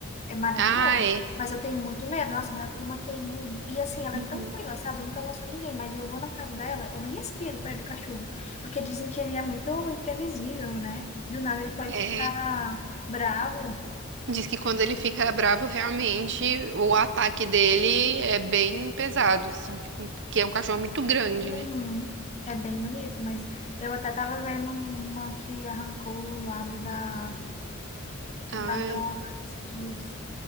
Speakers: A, on the left; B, on the right.
A: É maravilhoso.
B: Ah, é.
A: Mas eu tenho muito medo. Nossa, minha prima tem um. E assim, ela
B: Uhum.
A: é tranquila, sabe? Eu nunca avançou em ninguém. Mas eu vou na casa dela, eu não respiro perto do cachorro. Porque dizem que ele é muito imprevisível, né? Do nada ele pode
B: É.
A: ficar bravo.
B: Diz que quando ele fica bravo, realmente o ataque dele é bem pesado, assim, tipo, porque é um cachorro muito grande,
A: Uhum.
B: né?
A: É bem bonito, mas eu até tava vendo uma que arrancou o lábio da
B: Ai.
A: na dona esses dias.